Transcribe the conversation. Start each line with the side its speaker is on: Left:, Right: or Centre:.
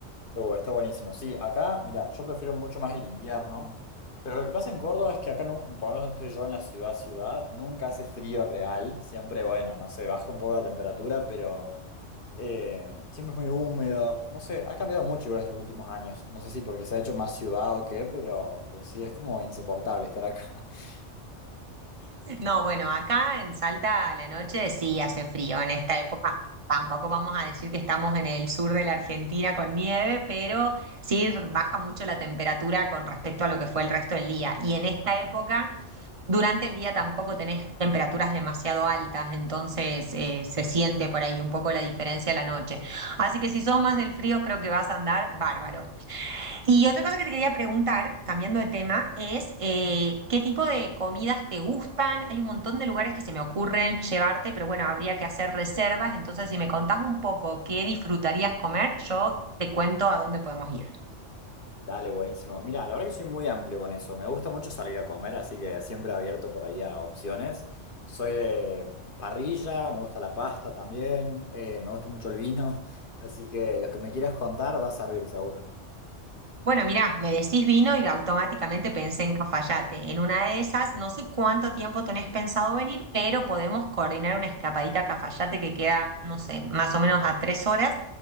Left: Oh, está buenísimo. Sí, acá, mira, yo prefiero mucho más el invierno, pero lo que pasa en Córdoba es que acá, no, por lo menos donde estoy yo en la ciudad, ciudad, nunca hace frío real, siempre, bueno, no sé, baja un poco la temperatura, pero eh, siempre es muy húmedo, no sé, ha cambiado mucho igual estos últimos años, no sé si porque se ha hecho más ciudad o qué, pero, pero sí, es como insoportable estar acá. <laughs>
Right: No, bueno, acá en Salta a la noche sí hace frío en esta época. Tampoco vamos a decir que estamos en el sur de la Argentina con nieve, pero sí baja mucho la temperatura con respecto a lo que fue el resto del día. Y en esta época, durante el día tampoco tenés temperaturas demasiado altas, entonces eh, se siente por ahí un poco la diferencia a la noche. Así que si sos más del frío, creo que vas a andar bárbaro. Y otra cosa que te quería preguntar, cambiando de tema, es eh, ¿qué tipo de comidas te gustan? Hay un montón de lugares que se me ocurren llevarte, pero bueno, habría que hacer reservas. Entonces, si me contás un poco qué disfrutarías comer, yo te cuento a dónde podemos ir.
Left: Dale, buenísimo. Mira, la verdad que soy muy amplio con eso. Me gusta mucho salir a comer, así que siempre abierto por ahí a opciones. Soy de parrilla, me gusta la pasta también, eh, me gusta mucho el vino, <laughs> así que lo que me quieras contar va a servir seguro.
Right: Bueno, mirá, me decís vino y automáticamente pensé en Cafayate. En una de esas, no sé cuánto tiempo tenés pensado venir, pero podemos coordinar una escapadita a Cafayate que queda, no sé, más o menos a tres horas.